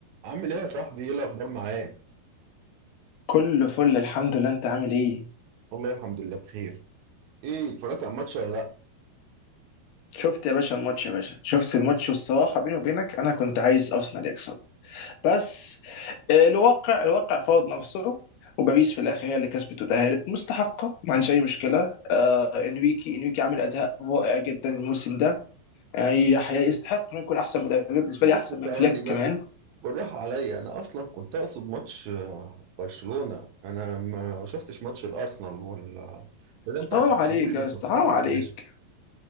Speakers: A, on the right; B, on the left.
A: عامل ايه يا صاحبي ايه الاخبار معاك
B: كله فل الحمد لله انت عامل ايه
A: والله الحمد لله بخير ايه اتفرجت على الماتش ولا لا
B: شفت يا باشا الماتش يا باشا شفت الماتش والصراحه بيني وبينك انا كنت عايز ارسنال يكسب بس آه، الواقع الواقع فرض نفسه وباريس في الاخر هي اللي كسبت وتاهلت مستحقه ما عندش اي مشكله آه انريكي انريكي عامل اداء رائع جدا الموسم ده آه، يح- يستحق انه يكون احسن مدرب بالنسبه
A: بس
B: لي احسن من
A: ثواني
B: فليك
A: بس
B: كمان
A: بالراحه عليا انا اصلا كنت اقصد ماتش آه، برشلونه انا ما شفتش ماتش الارسنال ولا ده, ده انت
B: حرام
A: هتحكيه
B: عليك
A: لي بالتفصيل
B: يا استاذ حرام عليك
A: ده يا باشا